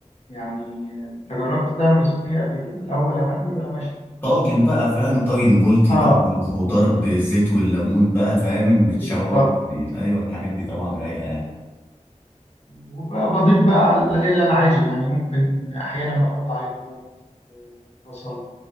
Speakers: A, on the left (about 60°); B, on the left (about 15°).
A: يعني انت جربت تعمل صينيه قبل كده لا هو لا مقلي ولا مشوي
B: طاجن بقى فاهم طاجن بولتي
A: اه
B: بقى مم. الخضار بالزيت والليمون بقى فاهم متشوح
A: بالظبط
B: يعني ايوه الحاجات دي طبعا رايقه يعني
A: وبضيف بقى على اللي انا عايزه يعني ممكن احيانا بحط عليه بطاطس آه، بصل